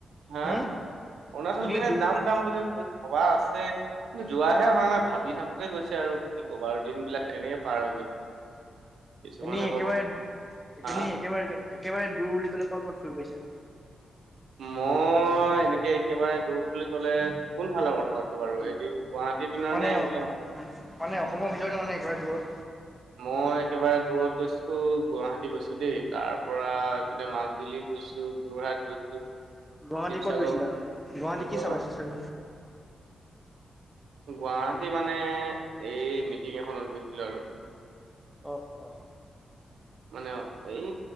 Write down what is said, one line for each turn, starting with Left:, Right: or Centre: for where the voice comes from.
Right: হা।
Centre: হম
Right: অৰুণাচল
Centre: এনেই
Right: পিনে
Centre: দু
Right: দাম দাম বুলি ভবা আছে। কিন্তু যোৱাহে হ নাই ভাবি থাকোতে গৈছে আৰু কি কব আৰু দিন বিলাক তেনে পাৰ হৈ গৈছে। <unintelligible>
Centre: এনে একেবাৰে
Right: ক'ব হা
Centre: এনে একেবাৰে একেবাৰে দূৰ বুলি ক'লে ক'ত ক'ত ফুৰি পৰিছে।
Right: মই এনেকে একেবাৰে দূৰ বুলি ক'লে কোন। ভালৰ কথা আছে বাৰু এ গুৱাহাটী। পিনৰ
Centre: মানে
Right: নে এইবিলাক
Centre: মানে অসমৰ ভিতৰতে ত মানে একেবাৰে দূৰত।
Right: মই একেবাৰে দূৰত গৈছো গুৱাহাটী গৈছো দেই তাৰ পৰাপিনে মাজুলী। গৈছো যোৰহাট গৈছো।
Centre: গুৱাহাটী
Right: শিৱসাগৰ
Centre: ক'ত গৈছিলে আৰু গুৱাহাটী কি
Right: গুৱা
Centre: চাবাইছিল।
Right: গুৱাহাটী মানে এই মিটিং এখনত গৈছিলো আৰু।
Centre: অঁ অঁ।
Right: মানে এই